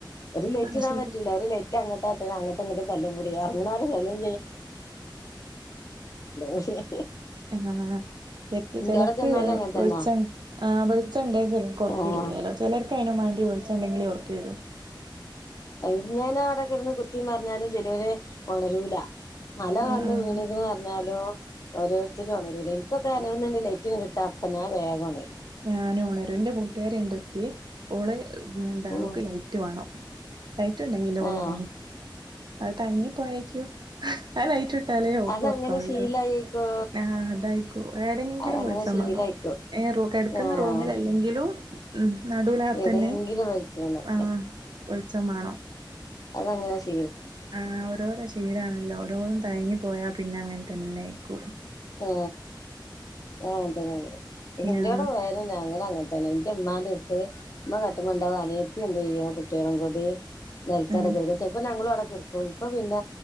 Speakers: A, on the left; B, on the right.
A: ഒര് ലൈറ്റിടാൻ
B: ആഹ് ശെരിയാ
A: പറ്റൂല ഒര് ലൈ റ്റങ്ങട്ടാട്ട്ന അങ്ങോട്ടു ഇങ്ങൊട്ടും തല്ലുംകൂടി അങ്ങാടും തല്ലും <unintelligible>
B: ആ ശരിക്ക്‌
A: ഇന്റോടെ
B: ചെലർക്ക്
A: ചെന്നാലും അങ്ങൻ തന്നാ
B: വെളി ച്ച ആ വെളിച്ചണ്ടേയിവർക്ക് ഒറക്കരുലല്ലോ
A: ആഹ്
B: ചെലർക്ക് അയിനും വാണ്ടി വെളിച്ചണ്ടെങ്കിലേ ഒറക്കരൂ.
A: എങ്ങനാ അവടെക്കെടന്ന് കുത്തി മറഞ്ഞാലും ചെലേര് ഒണരൂല. മല
B: ആഹ്
A: വന്ന്
B: ആഹ്
A: വീണിന്ന് പറഞ്ഞാലും ഓരോരുത്തരു ഒണരൂലേ. ഇപ്പക്കാരെങ്കിലും വന്ന് ലൈറ്റങ്ങിടിട്ടാ അപ്പ ഞാൻ വേഗോണരും.
B: ഞാനുണരും ന്റെ കൂട്ടുകാരി ഒണ്ടൊരുത്തി ഓള് എന്താണ്
A: ഉം
B: ഓക്ക് ലൈറ്റ് വേണം. ലൈറ്റുണ്ടങ്കിലെ ഓളോറങ്ങു.
A: ആഹ്
B: അതങ്ങി പോയക്കു ആ ലൈറ്റ് ഇട്ടാലോ ഓക്ക്
A: അതങ്ങനെ
B: ഒറക്കം വരൂ
A: ശീലായിക്കോ
B: ആ ണ്ടായിക്കോ ഏടേങ്കിലും
A: അതങ്ങനെ
B: വെളിച്ചംമേണം
A: ശീലായിക്കോ
B: ഏ റൂ കെടക്കുന്ന
A: ആഹ്
B: റൂമിലല്ലെങ്കിലും ഉം നടുവിലാത്തന്നെ
A: എവിടെങ്കിലും വെച്ച് വീണു
B: ആ വെളിച്ചം മേണം.
A: അതെങ്ങനെ ശീ
B: ആ ഓരോരോ ശീലാണല്ലോ ഓരോന്നും തയങ്ങി പോയാ പിന്നെ അങ്ങനെ തന്നെ ആയിക്കൂ.
A: ആ ആ തന്നെണ് ഇന്റടെ
B: ആഹ്
A: പോയാലും ഞങ്ങള് അങ്ങനത ന്റെ ഉമ്മാന്റടുത്ത് ഉമ്മ കട്ടുമ്മണ്ടാവും അനിയത്തി എന്ത് ചെയ്യും കുട്ടികളും കൂടി നെൽത്തവടക്കെടക്കും
B: ആഹ്
A: ചെലപ്പോ ഞങ്ങളുവടെ കെടക്കും ഇപ്പ പിന്ന